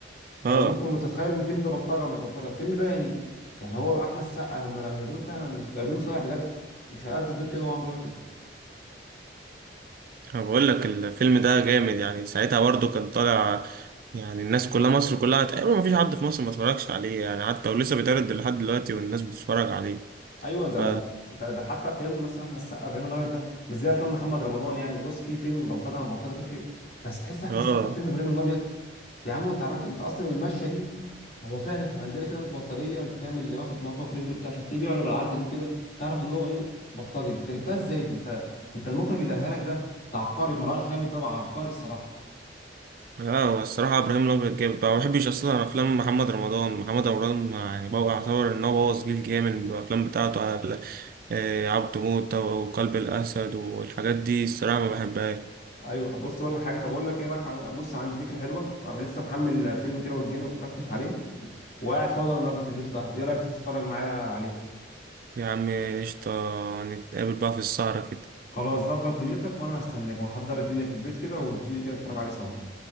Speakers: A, on the left (about 50°); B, on the right (about 50°).
A: طب
B: اه
A: ممكن تتخيل ان الفيلم ده بلطجه مش بلطجه الفيلم ده يعني يعني هو احمد سقا هم لو جايبينه فعلا جايبينه صايع بجد مش هيأدي الدور كده هو عمرو واكد
B: انا بقول لك الفيلم ده جامد يعني ساعتها برضو كان طالع يعني الناس كلها مصر كلها تقريبا ما فيش حد في مصر ما اتفرجش عليه يعني حتى ولسه بيتعرض لحد دلوقتي والناس بتتفرج عليه
A: ايوه ده
B: ف
A: انت ده حتى فيلم مثلا احمد السقا ابراهيم الابيض ده مش زي افلام محمد رمضان يعني بص في فيلم بلطجه عن بلطجه تفرق بس تحس احمد
B: اه
A: السقا في فيلم ابراهيم الابيض يا عم انت عملت انت اصلا المشيه دي هو فعلا احنا عندنا كده ناس بلطجيه انت فاهم اللي واخد مطوه في رجله بتاع فتلاقيه بيعرج العرجه دي كده تعرف ان هو ايه بلطجي انت جبتها ازاي دي انت انت المخرج اللي قالها لك ده ده عبقري مروان حامد ده بقى عبقري الصراحه
B: اه هو الصراحة إبراهيم الأبيض جامد ما بحبش أصلا أفلام محمد رمضان محمد رمضان يعني بقى يعتبر إن هو بوظ جيل جامد بالأفلام بتاعته على آه، عبد موتة وقلب الأسد والحاجات دي الصراحة ما بحبهاش
A: ايوه بص ولا حاجه طب اقول لك ايه رايك عن- بص عندي فكره حلوه أنا لسه محمل فيلم كيرة والجن ما اتفرجتش عليه وقاعد فاضي أنا النهارده في البيت لوحدي ايه رأيك تيجي تتفرج معايا عليه
B: يا عم قشطة نتقابل بقى في السهرة كده
A: خلاص ظبط دنيتك وانا هستناك وهحضر الدنيا في البيت كده وتجيلي كده نتفرج عليه سوا